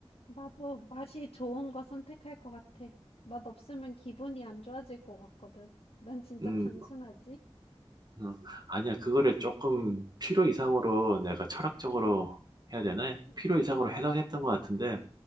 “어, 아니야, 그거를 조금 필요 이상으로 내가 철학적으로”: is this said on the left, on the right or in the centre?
Right